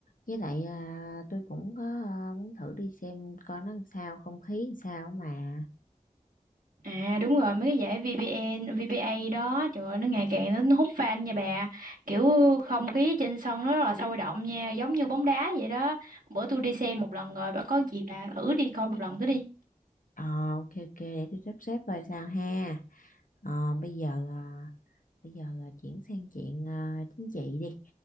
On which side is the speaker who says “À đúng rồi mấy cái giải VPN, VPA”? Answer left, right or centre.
Right